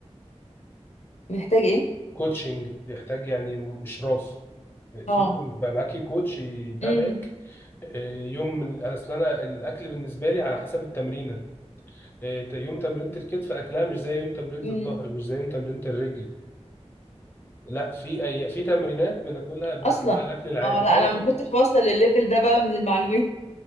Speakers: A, on the left (about 75°); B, on the left (about 20°).
A: ايه
B: كوتشنج بيحتاج يعني إشراف في
A: اه
B: كو- يبقى معاكي كوتش يتابعك
A: امم
B: آه، يوم ال- أصل أنا الأكل بالنسبة لي على حسب التمرينة آه، يوم تمرينة الكتف أكلها مش زي يوم تمرينة
A: امم
B: الظهر مش زي يوم تمرينة الرجل لا في أي في تمرينات بناكلها بناكلها
A: اصلا
B: الأكل العادي
A: اه لا
B: أه
A: انا ما
B: أه
A: كنتش واصلة للليفل ده بقى من المعلومات